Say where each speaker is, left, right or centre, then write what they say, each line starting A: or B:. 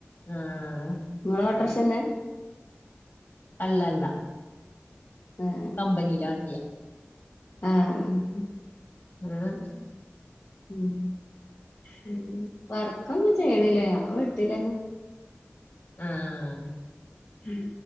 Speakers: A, on the left (about 55°); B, on the left (about 70°).
A: ആഹ്.
B: ഇങ്ങളോട്ടർഷന്നെ.
A: അല്ല ല്ല.
B: ഏഹ്.
A: കമ്പനിലെ വണ്ടിയാ.
B: ആഹ്.
A: ആഹ്.
B: ഉം വർക്കൊന്നും ചെയ്യണില്ല ഞാൻ വീട്ടിലന്നെ
A: ആഹ്.
B: ഉം